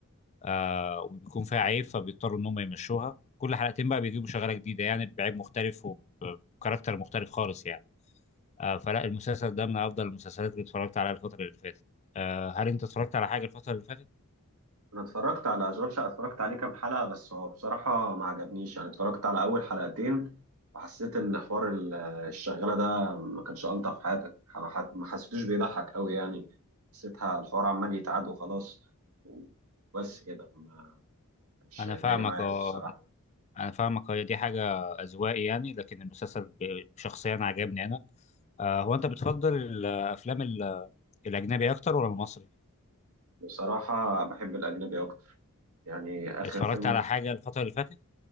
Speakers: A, on the left; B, on the right.
A: آه وبيكون فيها عيب فبيضطروا ان هم يمشوها كل حلقتين بقى بيجيبوا شغاله جديده يعني بعيب مختلف وكاركتر مختلف خالص يعني آه فلا المسلسل ده من افضل المسلسلات اللي اتفرجت عليها الفتره اللي فاتت آه هل انت اتفرجت على حاجه الفتره اللي فاتت
B: أنا اتفرجت على أشغال شقة اتفرجت عليه كام حلقة بس هو بصراحة ما عجبنيش، يعني اتفرجت على أول حلقتين وحسيت إن حوار ال- الشغالة ده ما كانش ألطف في حياتك، ما ح- ما حسيتوش بيضحك أوي يعني، حسيتها الحوار عمال يتعاد وخلاص وبس كده ما كانش
A: انا
B: جاي
A: فاهمك
B: معايا
A: اه
B: أوي الصراحة،
A: انا فاهمك هي دي حاجه اذواقي يعني لكن المسلسل ب- شخصيا عجبني انا آه هو انت بتفضل الافلام ال- الاجنبي اكتر ولا المصري
B: بصراحة بحب الأجنبي أكتر، يعني آخر
A: اتفرجت
B: فيلم
A: على حاجه الفتره اللي فاتت